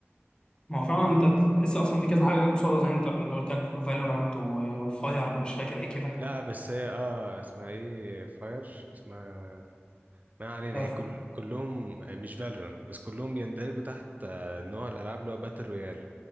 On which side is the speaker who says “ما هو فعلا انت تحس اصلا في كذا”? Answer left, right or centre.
Left